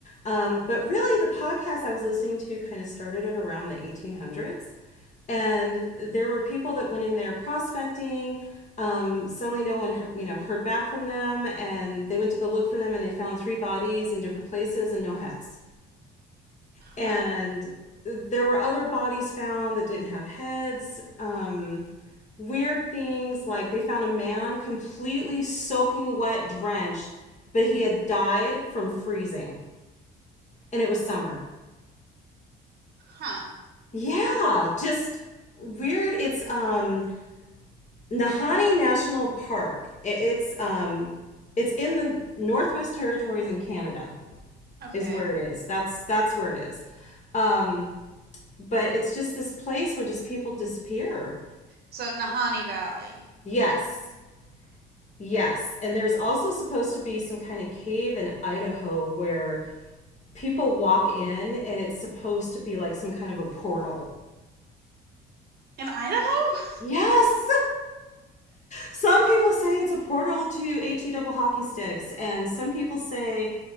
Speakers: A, on the left (about 40°); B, on the right (about 55°).
A: Um, but really the podcast I was listening to kind of started at around the 1800s and there were people that went in there prospecting um, suddenly no one you know heard back from them and they went to go look for them and they found three bodies in different places and no heads and
B: Huh.
A: there were other bodies found that didn't have heads. Um, weird things like they found a man completely soaking wet, drenched, but he had died from freezing, and it was summer.
B: Huh.
A: Yeah, just weird. It's um, Nahani National Park. It- it's um, it's in the Northwest Territories in Canada.
B: Okay.
A: Is where it is. That's that's where it is. Um, but it's just this place where just people disappear
B: So Nahanni Valley
A: Yes. Yes. And there's also supposed to be some kind of cave in Idaho where people walk in and it's supposed to be like some kind of a portal.
B: in Idaho?
A: Yes. <laughs> Some people say it's a portal to HE double hockey sticks, and some people say